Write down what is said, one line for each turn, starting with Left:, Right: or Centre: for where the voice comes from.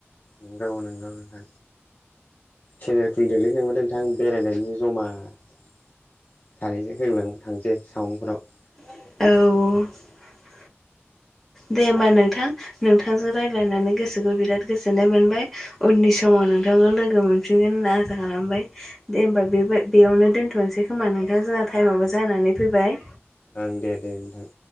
Left: नोंगौ नोंगौ नोंथां सेनेल खुलिदोलै नोंबा नोंथां बेरायनायनि जमा सानैजों होलां थांसै थावांफोराव
Centre: औ दे होमबा नोंथां नोंथांजों रायज्लायनानै गोसोखौ बिराद गोजोननाय मोनबाय उननि समाव नोंथांखौ लोगो मोनफिनगोन होनना आसा खालामबाय दे होमबा बे बाय बेयावनो दोनथ'नोसै होमबा नोंथां जाहा टाइमाबो जानानै फैबाय
Left: ओं दे दे नोंथां